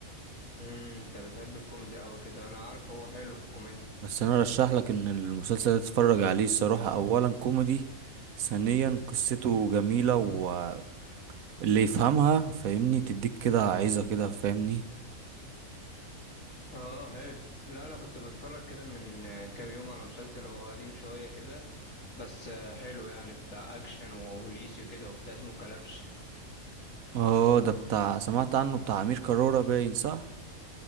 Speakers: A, on the left; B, on the right.
A: امم انت بتحب الكوميدي قوي كده انا عارف هو حلو في الكوميديا
B: بس انا رشح لك ان المسلسل ده تتفرج عليه الصراحة اولا كوميدي ثانيا قصته جميلة واللي يفهمها فاهمني تديك كده عايزة كده فاهمني
A: اه حلو لا انا كنت بتفرج كده من كام يوم على مسلسل هو قديم شوية كده بس آه، حلو يعني بتاع اكشن وبوليسي وكده وبتاع اسمه كلبش
B: اه ده بتاع سمعت عنه بتاع امير كرارة باين صح